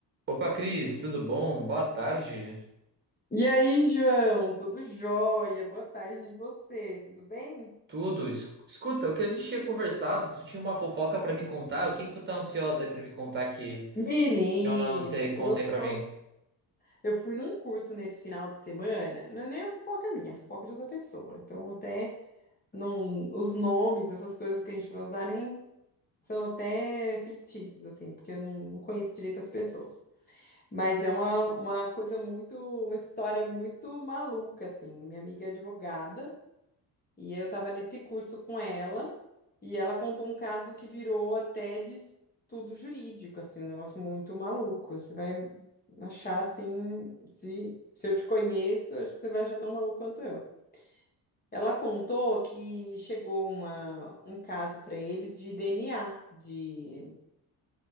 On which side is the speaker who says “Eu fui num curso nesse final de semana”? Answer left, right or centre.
Left